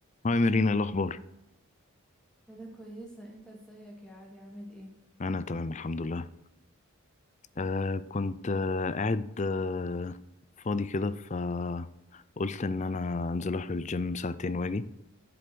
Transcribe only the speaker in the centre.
انا كويسه انت ازيك يا علي عامل ايه